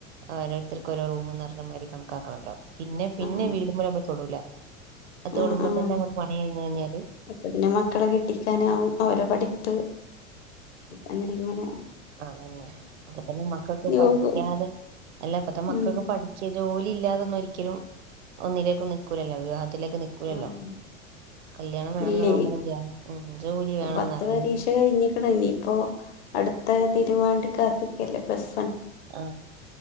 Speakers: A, on the right; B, on the left.
A: ഓരോര്ത്തർക്കും ഓരോ റൂമ് ന്നർഞ്ഞമായ്രി കണക്കാക്കണല്ലോ. പിന്നെ പിന്നെ
B: ആഹ്
A: വീടുമ്മല് നമ്മള് തൊടൂല. അത് തൊടുമ്പോ
B: ആഹ് ആഹ്
A: തന്നെ അങ്ങോട്ട് പണി കഴിഞ്ഞ് കഴിഞ്ഞാല്
B: അപ്പത്തിന് മക്കളെ കെട്ടിക്കാനാവും. അവരെ പഠിപ്പ് അങ്ങനങ്ങനെ.
A: അങ്ങന്നെ. അപ്പ പിന്നെ മക്കക്ക് പഠിക്കാതെ
B: പോകും
A: അല്ലപ്പത്തെ മക്കക്ക്
B: ഉം
A: പഠിക്ക ജോലി ഇല്ലാതൊന്നു ഒരിക്കലും ഒന്നിലേക്ക് നിക്കൂലല്ലോ. വിവാഹ ത്തിലേക്ക് നിക്കൂലല്ലോ?
B: ഉം
A: കല്യാണം വേണന്ന്
B: ഇല്ലേ
A: നോക്കണങ്കി ഉം ജോലി
B: ഇപ്പൊ
A: വേണന്നറിയും
B: പത്ത് പരീക്ഷ കഴിഞ്ഞിക്കണ് ഇനിയിപ്പോ അടുത്ത തിരുവാണ്ടി കാത്ത്ക്കല്ലേ ബസ്
A: ആ